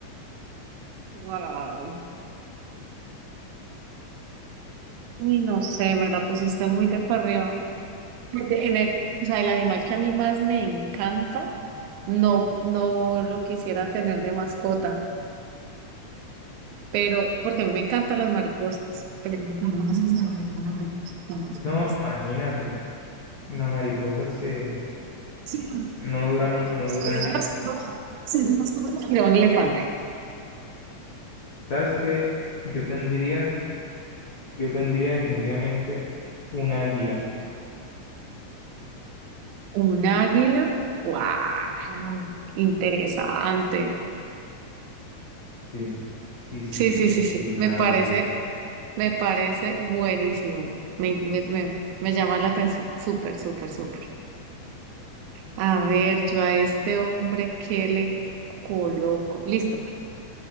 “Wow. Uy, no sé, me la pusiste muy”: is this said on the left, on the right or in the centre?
Right